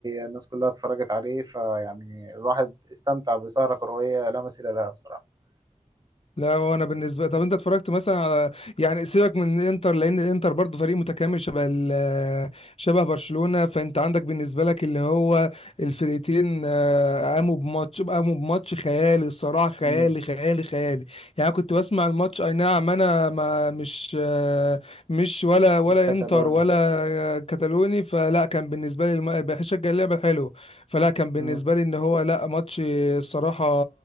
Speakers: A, on the right (about 30°); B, on the left (about 50°).
A: الناس كلها اتفرجت عليه فيعني الواحد استمتع بسهرة كروية لا مثيل لها بصراحة
B: لا وانا بالنسبه طب انت اتفرجت مثلا على يعني سيبك من الانتر لان الانتر برضو فريق متكامل شبه ال... شبه برشلونه فانت عندك بالنسبه لك اللي هو الفرقتين آه، قاموا بماتش قاموا بماتش خيالي الصراحه خيالي
A: امم
B: خيالي خيالي يعني أنا كنت بسمع الماتش اي نعم انا ما مش آه، مش ولا ولا
A: مش كتالون
B: انتر ولا آه، كتالوني فلا كان بالنسبه لي الم... بشجع اللعبه الحلوه فلا كان بالنسبه
A: مم.
B: لي ان هو لا ماتش الصراحه